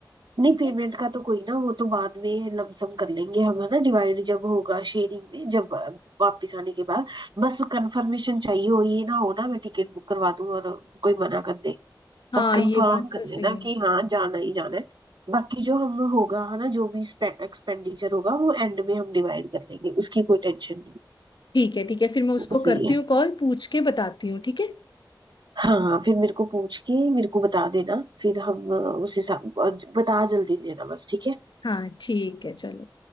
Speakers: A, on the right (about 70°); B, on the left (about 70°).
A: नहीं
B: ठीक
A: पेमेंट
B: है
A: का तो कोई ना वो तो बाद में लमसम कर लेंगे हम है ना डिवाइड जब होगा शेयरिंग में जब अ, वापस आने के बाद बस कंफर्मेशन चाहिए हो ये ना हो ना मैं टिकट बुक करवा दूं और कोई मना कर दे
B: हाँ
A: बस कंफर्म
B: ये बात तो
A: कर
B: सही
A: लेना
B: है
A: कि हाँ जाना ही जाना है बाकी जो हम होगा है ना जो भी एक्सपेंडिचर होगा वो एंड में हम डिवाइड कर लेंगे उसकी कोई टेंशन नहीं
B: ठीक है ठीक है फिर मैं उसको
A: वो तो सही
B: करती
A: है
B: हूँ कॉल पूछ के बताती हूँ ठीक है
A: हाँ हाँ, फिर मेरे को पूछ के मेरे को बता देना फिर हम अ, उस हिसाब अ, बता जल्दी देना बस ठीक है
B: हाँ ठीक है चलो